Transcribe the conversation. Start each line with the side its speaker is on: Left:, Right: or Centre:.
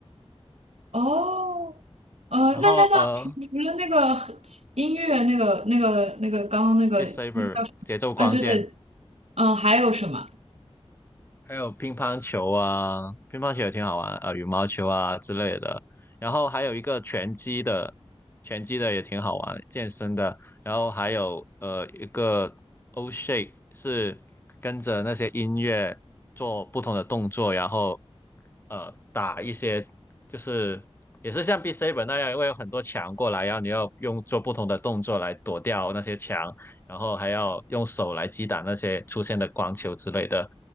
Right: 哦，呃，
Left: 然后呃
Right: 那那像除除了那个和音乐，那个那个那个刚刚那个那个叫什么？
Left: ，Beat Saber 节奏光剑
Right: 啊，对对，嗯，还有什么？
Left: 还有乒乓球啊，乒乓球也挺好玩，呃，羽毛球啊之类的。然后还有一个拳击的，拳击的也挺好玩，健身的。然后还有呃一个 O shape 是跟着那些音乐做不同的动作，然后呃打一些就是也是像 b e a s a 那样，会有很多墙过来，然后你要用做不同的动作来躲掉那些墙。然后还要用手来击打那些出现的光球之类的，